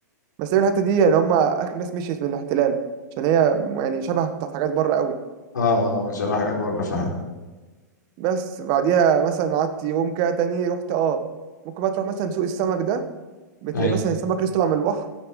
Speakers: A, on the right; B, on the left.
A: بس تقريبا الحته دي يعني هم اخر ناس مشيت من الاحتلال عشان هي يعني شبه بتاعت حاجات بره قوي
B: اه اه شبه حاجات بره فعلا
A: بس بعديها مثلا قعدت يوم كده تاني رحت اه ممكن بقى تروح مثلا سوق السمك ده بتلاقي
B: ايوه
A: مثلا السمك لسه طالع من البحر